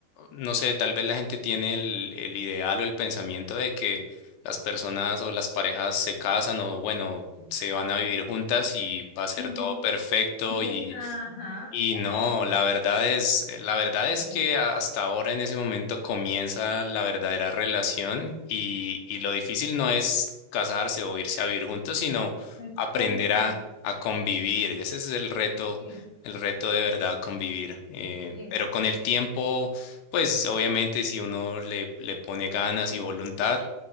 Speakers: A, on the left (about 80°); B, on the left (about 60°).
A: no sé, tal vez la gente tiene el, el ideal o el pensamiento de que las personas o las parejas se casan o, bueno, se van a vivir juntas y va a ser
B: Ujú.
A: todo perfecto
B: Y que es, ajá,
A: y
B: eh,
A: no, la verdad es, eh, la verdad
B: Bien,
A: es que a- hasta ahora en ese momento comienza la verdadera relación y, y lo difícil no es casarse o irse a vivir juntos, sino
B: el
A: aprender
B: convivir.
A: a, a convivir. Ese es el reto,
B: Bien,
A: el reto de verdad, convivir. Eh,
B: bien,
A: pero con
B: no
A: el tiempo,
B: se
A: pues obviamente si uno le, le pone ganas y voluntad,